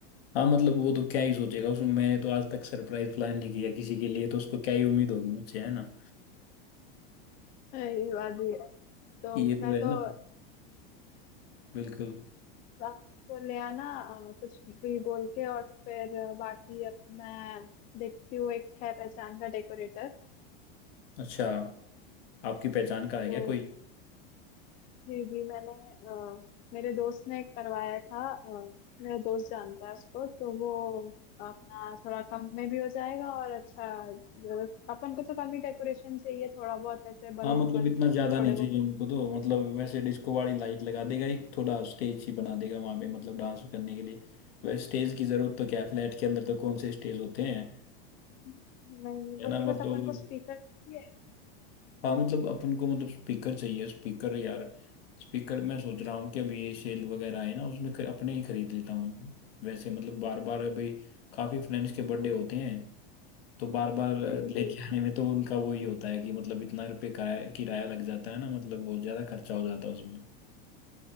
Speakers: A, on the left (about 80°); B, on the left (about 30°).
A: हाँ मतलब वो तो क्या ही सोचेगा उसमें मैंने तो आज तक सरप्राइज प्लान नहीं किया किसी के लिए तो उसको क्या ही उम्मीद होगी मुझसे है ना
B: ये बात भी है तो
A: ये
B: अपना
A: तो है
B: तो
A: ना बिल्कुल
B: बस को ले आना अ, कुछ भी बोल के और फिर अ, बाकी अब मैं देखती हूँ एक है पहचान का डेकोरेटर
A: अच्छा आपकी पहचान का है
B: तो
A: क्या कोई
B: जी जी मैंने अ, मेरे दोस्त ने करवाया था अ, मेरा दोस्त जानता है उसको तो वो अपना थोड़ा कम में भी हो जाएगा और अच्छा अ, अपन को तो कम ही डेकोरेशन चाहिए थोड़ा बहुत ऐसे बलून
A: हाँ मतलब
B: वलून
A: इतना ज्यादा
B: थोड़े
A: नहीं
B: बहुत
A: चाहिए उनको तो मतलब वैसे डिस्को वाली लाइट लगा देगा एक थोड़ा स्टेज ही बना देगा वहां पे मतलब डांस करने के लिए वैसे स्टेज की जरूरत तो क्या है फ्लैट के अंदर तो कौन से स्टेज होते हैं
B: नहीं नहीं
A: है
B: वो
A: ना
B: तो बस
A: मतलब
B: अपन को स्पीकर चाहिए
A: हाँ मतलब अपन को मतलब स्पीकर चाहिए स्पीकर यार स्पीकर मैं सोच रहा हूँ कि अभी ये सेल वगैरह है ना उसमें खर, अपने ही खरीद लेता हूँ वैसे मतलब बार बार अभी काफी फ्रेंड्स के बर्थडे होते हैं तो बार बार
B: जी
A: लेके
B: जी
A: आने में तो उनका वो ही होता है कि मतलब इतना रुपये किराया किराया लग जाता है ना मतलब बहुत ज्यादा खर्चा हो जाता है उसमें